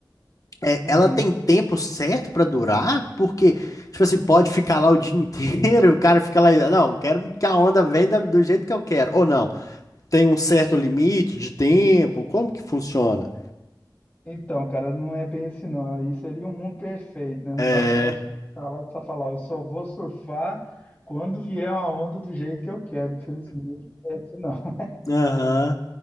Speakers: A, on the left; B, on the left.
A: É,
B: é.
A: Ela
B: Uhum.
A: tem tempo certo pra durar? Porque, tipo assim, pode ficar lá o dia inteiro, <laughs> o cara fica lá, não, quero que a onda venha da- do jeito que eu quero. Ou não, tem um certo limite de tempo? Como que funciona?
B: Então, cara, não é bem assim, não. Aí seria um mundo perfeito, né? Não
A: É.
B: dá pro cara ficar lá e só falar, eu só vou surfar quando vier uma onda do jeito que eu quero, infelizmente. não É assim, não.
A: Aham.